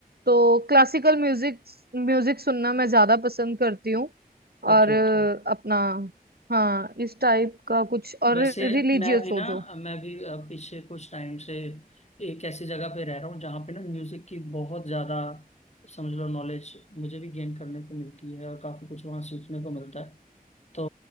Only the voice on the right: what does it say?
तो क्लासिकल म्यूजिक म्यूजिक सुनना मैं ज्यादा पसंद करती हूँ और
अ,
अपना हाँ इस टाइप का कुछ और
रिलीजियस
हो जो